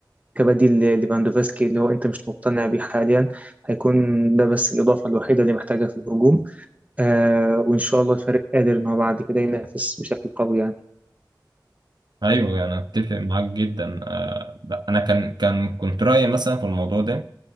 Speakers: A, on the right; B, on the right.
A: كبديل ل- ليفاندوفسكي اللي هو انت مش مقتنع بيه حاليا هيكون ده بس الاضافه الوحيده اللي محتاجها في الهجوم آه وان شاء الله الفريق قادر ان هو بعد كده ينافس بشكل قوي يعني
B: أيوه أنا أتفق معاك جدا آه، ب- أنا كان كان كنت رأيي مثلا في الموضوع ده